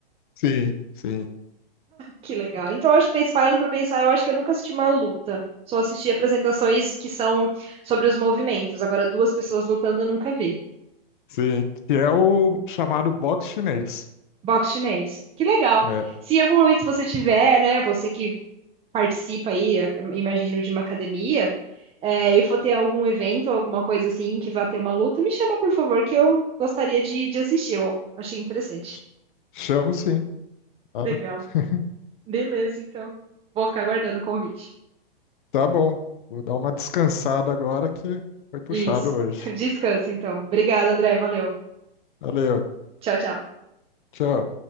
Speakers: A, on the left; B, on the right.
A: Sim, sim.
B: Que legal. Então eu acho que penso- parando para pensar, eu acho que eu nunca assisti uma luta. Só assisti apresentações que são sobre os movimentos. Agora duas pessoas lutando eu nunca vi.
A: Sim, que é o chamado box chinês.
B: Boxe chinês. Que legal.
A: É,
B: Se em algum momento você tiver, né, você que participa aí, a- imagino, de uma academia, é, e for ter algum evento, alguma coisa assim que vá ter uma luta, me chama, por favor, que eu gostaria de, de assistir. Eu achei interessante.
A: ch- chamo sim, claro.
B: Legal.
A: <laughs>
B: Beleza, então. Vou ficar aguardando o convite.
A: Tá bom. Vou dar uma descansada agora que foi puxado
B: Isso.
A: hoje.
B: <laughs> Descansa, então. Obrigada, André. Valeu.
A: Valeu,
B: Tchau, tchau.
A: tchau.